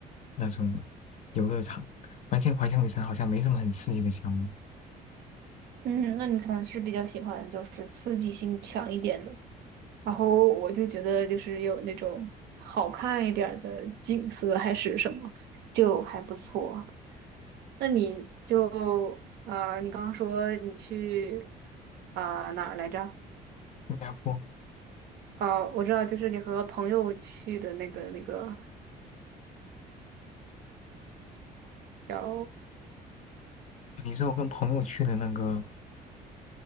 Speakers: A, on the left; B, on the right.
A: 那种游乐场。关键环球影城好像没什么很刺激的项目。
B: 嗯，那你可能是比较喜欢就是刺激性强一点的，然后我就觉得就是有那种好看一点儿的景色还是什么，
A: 嗯
B: 就还不错。那你就呃，你刚刚说你去啊、哪儿来着？
A: 新加坡，
B: 哦，我知道，就是你和朋友去的那个那个叫，
A: 你说我跟朋友去的那个。